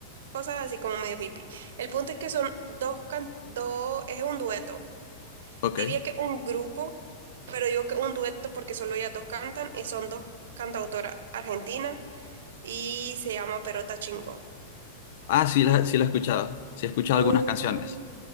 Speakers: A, on the right; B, on the left.
A: Cosas así como medio hippie. El punto es que son dos, can- dos, es un dueto.
B: Ok.
A: Diría que un grupo. Pero digo que un dueto porque solo ellas dos cantan y son dos cantautoras argentinas y se llama Perota Chingó.
B: Ah, sí la, sí la he escuchado. Sí he escuchado
A: Am,
B: algunas canciones.